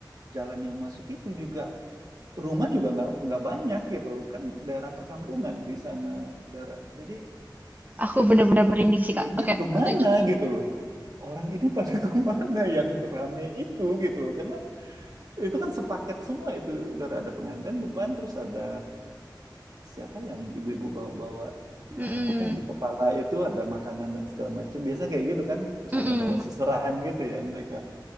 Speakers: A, on the right (about 50°); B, on the right (about 20°).
A: jalan yang masuk itu juga rumah juga nggak nggak banyak gitu loh kan daerah perkampungan di sana daerah jadi
B: Aku benar-benar
A: eh,
B: merinding sih,
A: dianya
B: Kak. Oke,
A: kemana
B: lanjut.
A: gitu loh orang ini pada <laughs> kemana yang rame itu gitu loh karena itu kan sepaket semua itu. Dari ada pengantin depan, terus ada siapa yang ibu-ibu bawa-bawa
B: Hmm,
A: eh, apa yang di kepala itu ada makanan dan segala macam. Biasanya kayak gitu kan. Terus
B: hmm.
A: ada bawa seserahan gitu ya mereka.